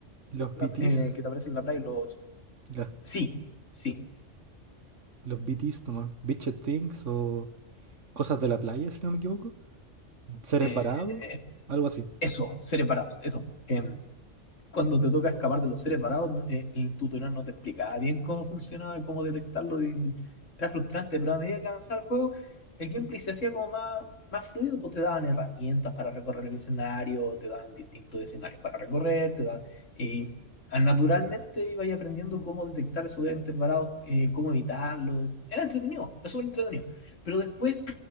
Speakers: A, on the right; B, on the left.
A: Los
B: la-
A: BTs,
B: eh, que te aparecen en la playa? Los...
A: las-
B: Sí, sí.
A: los BTs nomás, Bitched Things o cosas de la playa, si no me equivoco. Seres
B: eh,
A: varados, algo así.
B: eso, seres varados, eso. em, cuando te toca escapar de los seres varados, no- eh, el tutorial no te explicaba bien cómo funcionaba, cómo detectarlo. y era frustrante, pero a medida que avanzaba el juego, el gameplay se hacía como más, más fluido, pues te daban herramientas para recorrer el escenario, te daban distintos escenarios para recorrer, te daban... Y ah, naturalmente ibas aprendiendo cómo detectar esos entes varados, eh, cómo evitarlos. Era entretenido, era súper entretenido. Pero después,